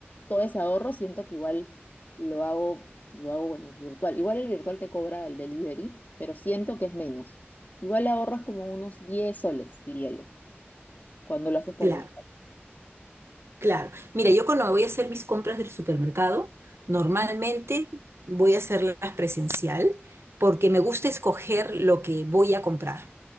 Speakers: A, on the left (about 45°); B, on the right (about 75°).
A: todo ese ahorro siento que igual lo hago, lo hago, bueno, virtual. Igual el virtual te cobra el delivery, pero siento que es menos. Igual ahorras como unos 10 soles, diría yo, cuando lo haces por
B: Claro.
A: virtual.
B: Claro. Mira, yo cuando voy a hacer mis compras del supermercado, normalmente
A: Ujú,
B: voy a hacerlas presencial porque me gusta escoger lo que voy a comprar.